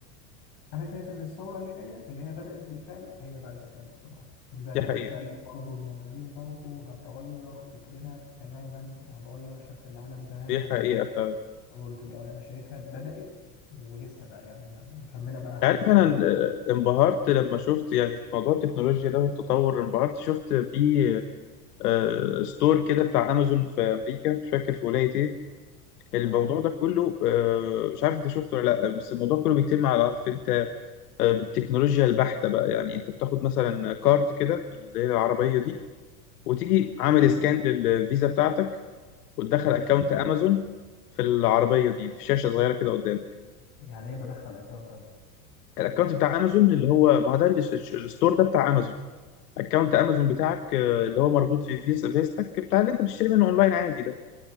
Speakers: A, on the left (about 50°); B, on the left (about 80°).
A: انا شايف ان الثوره اللي جايه اللي هي بدات بالفعل هي بقى الذكاء الاصطناعي دي بقى اللي
B: دي حقيقة
A: هتشقلب برضه الموازين برضه وهتغير فكرنا تماما وهتغير شكل العالم تماما
B: دي حقيقة
A: اللي هي
B: ف
A: ثوره الاي اي. انا شايفها بدات ولسه بقى يعني هي مكمله بقى حبه
B: عارف
A: حلو
B: انا آه، انبهرت لما شفت يعني موضوع التكنولوجيا ده والتطور انبهرت شفت في آه، ستور كده بتاع امازون في امريكا مش فاكر في ولاية ايه الموضوع
A: تمام
B: ده كله آه، مش عارف انت شفته ولا لا بس الموضوع كله بيتم على عارف انت آه، بالتكنولوجيا البحتة بقى يعني انت بتاخد مثلا كارت كده اللي هي العربية دي وتيجي عامل
A: تمام
B: سكان للفيزا بتاعتك وتدخل
A: ماشي
B: اكونت امازون في العربية دي في شاشة صغيرة كده قدامك
A: يعني ايه بدخل اكونت اعمل
B: الاكونت بتاع امازون اللي هو ما هو ده ال- الش- الستور ده بتاع امازون اكونت امازون بتاعك آه، اللي هو مربوط في فيزا فيزتك بتاع اللي انت بتشتري منه اونلاين عادي ده